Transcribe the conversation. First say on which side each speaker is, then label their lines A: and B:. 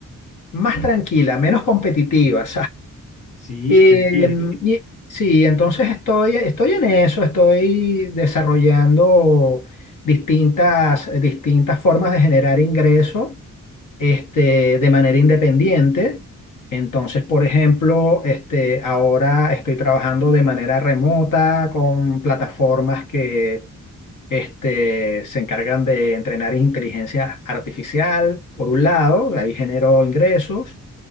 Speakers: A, on the left; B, on the left.
A: más tranquila, menos competitiva, <laughs>
B: Sí,
A: Em,
B: te entiendo.
A: y sí, entonces estoy, estoy en eso, estoy desarrollando distintas, distintas formas de generar ingreso este, de manera independiente. Entonces, por ejemplo, este, ahora estoy trabajando de manera remota con plataformas que este, se encargan de entrenar inteligencia artificial, por un lado, ahí genero ingresos.